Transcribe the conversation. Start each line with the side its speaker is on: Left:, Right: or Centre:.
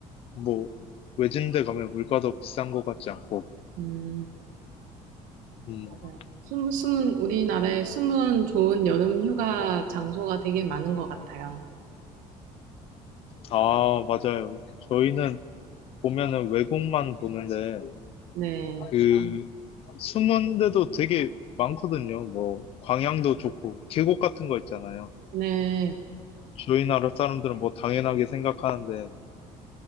Left: 뭐 외진데 가면 물가도 비싼 것 같지 않고.
Right: 음,
Left: 음,
Right: 맞아요. 숨, 숨은, 우리나라에 숨은 좋은 여름 휴가 장소가 되게 많은 것 같아요.
Left: 아, 맞아요. 저희는 보면은 외국만 보는데,
Right: 네.
Left: 그, 숨은 데도 되게 많거든요. 뭐, 광양도 좋고, 계곡 같은 거 있잖아요.
Right: 네.
Left: 저희 나라 사람들은 뭐 당연하게 생각하는데,